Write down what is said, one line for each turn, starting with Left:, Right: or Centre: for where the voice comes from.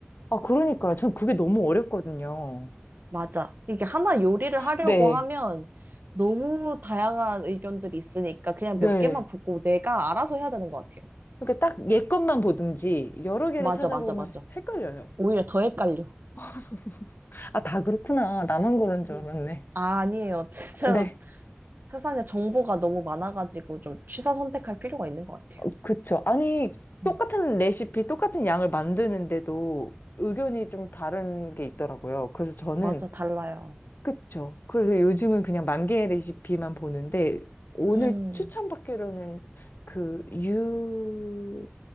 Left: 아, 그러니까요. 전 그게 너무 어렵거든요.
Right: 맞아. 이게 하나 요리를 하려고
Left: 네.
Right: 하면 너무 다양한 의견들이 있으니까 그냥
Left: 네.
Right: 몇 개만 보고 내가 알아서 해야 되는 것 같아요.
Left: 그러니까 딱 얘 것만 보든지 여러 개를
Right: 맞아,
Left: 찾아보면
Right: 맞아, 맞아.
Left: 헷갈려요.
Right: 오히려 더 헷갈려.
Left: <laughs> 아, 다 그렇구나. 나만 그런 줄
Right: 음.
Left: 알았네.
Right: 아, 아니에요. <laughs> 진짜로
Left: 네.
Right: 세상에 정보가 너무 많아가지고 좀 취사 선택할 필요가 있는 것 같아요.
Left: 어, 그쵸. 아니, 똑같은
Right: 음.
Left: 레시피, 똑같은 양을 만드는데도 의견이 좀 다른 게 있더라고요. 그래서 저는
Right: 맞아, 달라요.
Left: 그쵸. 그래서 요즘은 그냥 만 개의 레시피만 보는데, 오늘
Right: 음.
Left: 추천받기로는 그 유,